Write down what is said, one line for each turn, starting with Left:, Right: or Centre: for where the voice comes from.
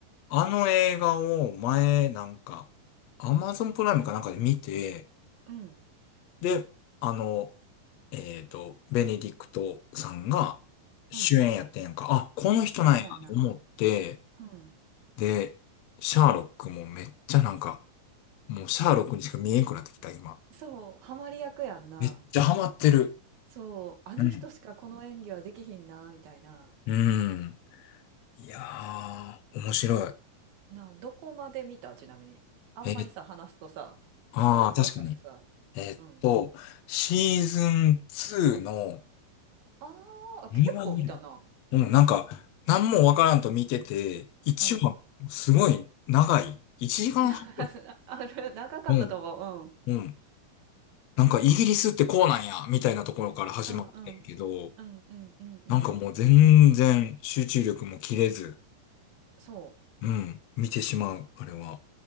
Left: あの映画を前、なんか、アマゾンプライムかなんかで見て、
Right: うん。
Left: で、あの、えっと、ベネディクトさんが主演やってんやんか、
Right: うん。
Left: あ、この人なんやと思って、
Right: あ、そうやな。うん。
Left: で、シャーロックもめっちゃなんか、もうシャーロックにしか見えんくなってきた、今。
Right: そう、ハマり役やんな。
Left: めっちゃハマってる。
Right: そう、あの人しかこの演技はできひんな、
Left: うん。
Right: みたいな。
Left: うん。いやー、面白い。
Right: なあ、どこまで見たちなみに。あんまりさ、
Left: えー、
Right: 話すとさ、
Left: ああ、
Right: バレちゃうからさ。
Left: 確かに。えっと、
Right: うん。
Left: シーズン2の、
Right: ああ、結構見たな。
Left: 2話ぐらい。うん、なんか、何もわからんと見てて、1話、
Right: うん。
Left: すごい長い。1時間半。
Right: な <laughs> ある、長かったと思う。
Left: うん。うん。なんか、イギリスってこうなんや、みたいなところから始まってんけど、
Right: うん。うんうんうんうんうん。
Left: なんかもう全然集中力も切れず、
Right: そ
Left: うん、見てしまう、あれは。